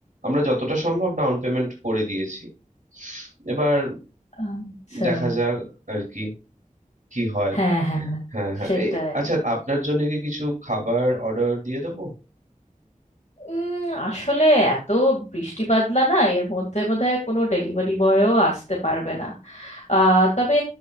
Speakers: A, on the right; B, on the left.
A: আমরা যতটা সম্ভব ডাউন পেমেন্ট করে দিয়েছি এবার
B: আচ্ছা
A: দেখা যাক আর কি কি হয়
B: হ্যাঁ হ্যাঁ
A: হ্যাঁ হ্যাঁ
B: সেটাই
A: এই আচ্ছা আপনার জন্য কি কিছু খাবার অর্ডার দিয়ে দেবো
B: উম, আসলে এত বৃষ্টি বাদলা না এর মধ্যে বোধহয় কোনো ডেলিভারি বয়ও আসতে পারবে না আহ, তবে